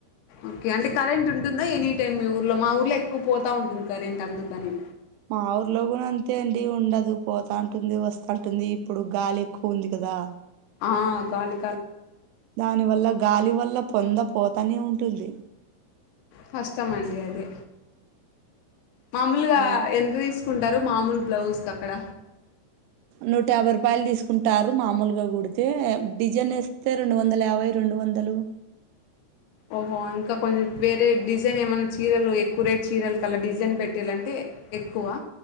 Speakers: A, on the left; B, on the right.
A: ఓకే అంటే కరెంటుంటుందా ఎనీ టైమ్ మీ ఊర్లో మా ఊర్లో ఎక్కువ పోతా ఉంటుంది కరెంట్ అందుకని
B: మా ఊర్లో గూడ అంతే అండి ఉండదు పోతా ఉంటుంది వస్తా ఉంటుంది ఇప్పుడు గాలి ఎక్కువ ఉంది కదా
A: ఆ గాలి
B: దాని వల్ల గాలి వల్ల పొంద పోతానే ఉంటుంది
A: కష్టం అండి అదె మామూలుగా
B: అదే
A: ఎంత తీసు కుంటరు మామూలు బ్లౌజ్ కి అక్కడ
B: నూట యాబై రూపాయలు తీసుకుంటారు మామూలుగ గుడితే డిజైన్ ఎస్తే రెండు వందల యాభై రెండు వందలు
A: ఓహో ఇంకా కొం వేరే డిజైన్ ఏమన చీరలు ఎక్కువ రేట్ చీరల కలా డిజైన్ పెట్టియాలంటే ఎక్కువా